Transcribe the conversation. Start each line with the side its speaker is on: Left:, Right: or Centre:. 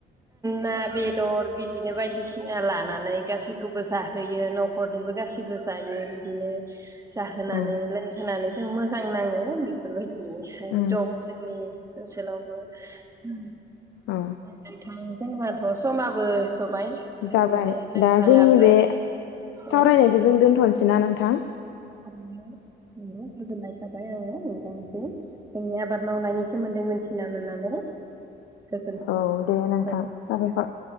Right: ना बेदर बिदिनो बायदिसिना लानानै गासैखौबो जाहोयो न' खरनिबो गासैबो जायो बिदिनो जाहोनानै
Left: औ
Right: लोंहोनानै जों मोजां नाङो बेफोरबायदि बेहाय
Left: उम
Right: दं जोंनि ओनसोलावबो <unintelligible>
Left: औ
Right: नोंथां जोंहाथ' समाबो सबाय बिदिनो
Left: जाबाय
Right: नोंथाङाबो
Left: दा जोंनि बे सावरायनायखौ
Right: औ
Left: जों दोन्थ'नोसै ना नोंथां।
Right: <inaudible> गोजोननाय थाबाय आङो नोंथांनिसिम जोंनि आबाद मावनायनि सोमोन्दै मिथिना मोननानै। गोजोनथों
Left: औ दे नोंथां
Right: औ
Left: साबायखर।